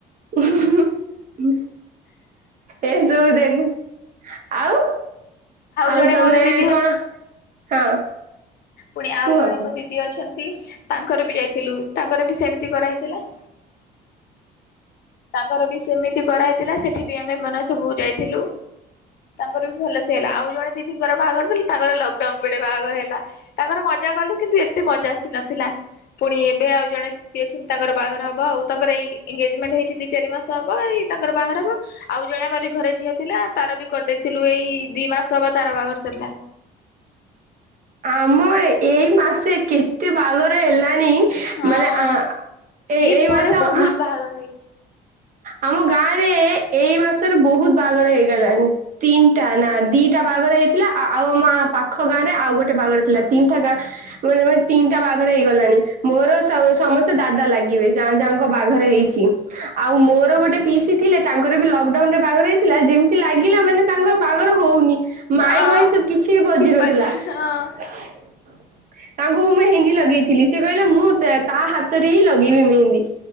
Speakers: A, on the right; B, on the left.
A: ଉଁ ହୁଁ ଏ ତୁ ଦେଖେ ଆଉ ଆଉ
B: ଜଣେ
A: ତମେ
B: ମୋର ଦିଦି ହଉଛନ୍ତି
A: କଣ ହଁ
B: ପୁଣି ଆଉ
A: କୁହ
B: ଜଣେ
A: କୁହ
B: ମୋ ଦିଦି ଅଛନ୍ତି ତାଙ୍କର ବି ଯାଇଥିଲୁ ତାଙ୍କର ବି ସେମିତି କରାହେଇଥିଲା। ତାଙ୍କର ବି ସେମିତି କରାହେଇଥିଲା ସେଠି ବି ଆମେ ମାନ ସବୁ ଯାଇଥିଲୁ। ତାଙ୍କର ବି ଭଲସେଲ୍ ଆଉ ଜଣେ ଦିଦିଙ୍କର ବାହାଘର ଥିଲା ତାଙ୍କର ଲକଡାଉନ ବିଡେ ବାହାଘର ହେଲା। ତାଙ୍କର ମଜା କଲୁ କିନ୍ତୁ ଏତେ ମଜା ଆସି ନଥିଲା। ପୁଣି ଏବେ ଆଉ ଜଣେ ଦିଦି ଅଛନ୍ତି ତାଙ୍କର ବାହାଘ ହବ ଆଉ ତାଙ୍କରଇ ଏନଗେଜମେଣ୍ଟ ହେ ତିନି ଚାରି ମାସ ହବ ଏଇ ତାଙ୍କର ବାହାଘ ହବ। ଆଉ ଜଣେ ଆମର ଘରେ ଝିଅ ଥିଲା ତାର ବି କରିଦେଇଥିଲୁ ଏଇ ଦି ମାସ ହବ ତାର ବାହାଘର ସରିଲା।
A: ଆମ ଏଇ ମାସେ କେତେ ବାଗର ହେଲାଣି।
B: ହଁ
A: ମାନେ ଆଁ ଏଇ
B: ଇଦ୍ ପରେ
A: ମାସ
B: ବହୁତ
A: ଆଁ
B: ବାହାଘର ହେଇଛି
A: ଆମ ଗାଁରେ ଏଇ ମାସରେ ବହୁତ ବାହାଘର ହେଇଗଲାଣି। ତିନ୍ ଟା ନା ଦିଟା ବାଘରେ ହେଇଥିଲା ଆଉ ଆମ ପାଖ ଗାଁ ରେ ଆଉ ଗୋଟେ। ବାଗର ଥିଲା ତିନିଟା ଗାଁ। ମାନେ ତିନିଟା ବାହାଘର ହେଇଗଲାଣି ମୋର ସମସ୍ତେ ଦାଦା ଲାଗିବେ ଯା ଯାହାଙ୍କ ବାହାଘର ହେଇଛି। ଆଉ ମୋର ଗୋଟେ ପିଇସି ଥିଲା ତାଙ୍କର ବି ଲକଡାଉନ ରେ ବାହାଘର ହେଇଥିଲା ଯେମିତି ଲାଗିଲା ମାନେ। ତାଙ୍କର ବାହାରେ ହଉନି ମାଇ
B: ହଁ।
A: ଭାଇ ସବୁ କିଛି ବି ବଜି
B: ବାଜା
A: ନଥିଲା।
B: ହଁ
A: <unintelligible> ତାଙ୍କୁ ମୁଁ ମେହେନ୍ଦୀ ଲଗେଇଥିଲି ସେ କହିଲେ ମୁଁ ତା ହାତରେ ହିଁ ଲଗେଇବି ମେହେନ୍ଦୀ।